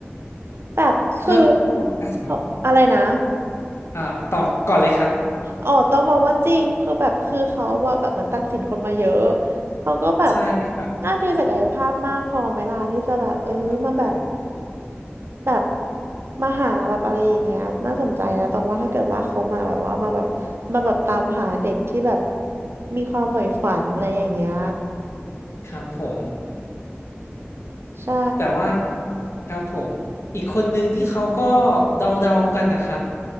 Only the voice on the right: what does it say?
แบบคือ
เอาอะไรนะ
อ๋อต้องมองว่าจริงคือแบบคือเขาว่าแบบเหมือนตัดสินคนมาเยอะเขาก็แบบ
น่าจะมีศักยภาพมากพอไหมล่ะที่จะแบบเออมาแบบ
แบบมาหาแบบอะไรอย่างเงี้ยน่าสนใจนะตรงว่าถ้าเกิดว่าเขามาแบบว่ามาแบบมาแบบตามหาเด็กที่แบบมีความใฝ่ฝันอะไรอย่างเงี้ย
ใช่